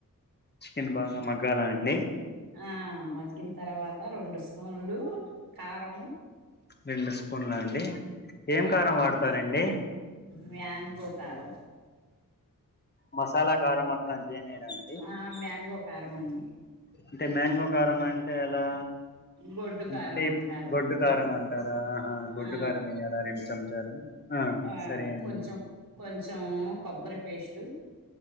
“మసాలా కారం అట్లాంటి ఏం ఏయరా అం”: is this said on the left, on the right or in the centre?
Left